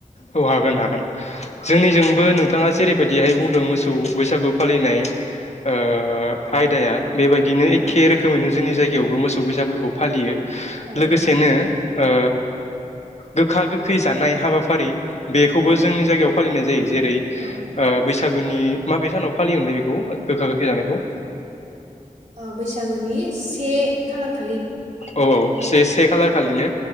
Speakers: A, on the left; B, on the right.
A: औ हागोन हागोन जोंनिजोंबो
B: औ नोंथां
A: नोंथाङा जेरैबायदिहाय बुंदों मोसौ सौ बैसागु फालिनाय ओ आयदाया बेबायदिनो
B: औ
A: एखे
B: औ नोंथां
A: रोखोमैनो जोंनि जाय गायावबो मोसौ बैसागोखौ फालियो।
B: औ
A: लोगोसेनो
B: औ नोंथां
A: ओ गोखा-गोखै जानाय हाबाफारि बेखौबो
B: औ
A: जोंनि
B: औ नंगौ
A: जायगायाव
B: नोंथां।
A: फालिनाय जायो जेरै
B: औ औ
A: ओ बैसा गुनि माबे सानाव फालियोमोनलाय बेखौ गोखा-गोखै जानायखौ
B: ओ बैसागुनि से खालारखालि
A: औ औ से से खालार खालिनो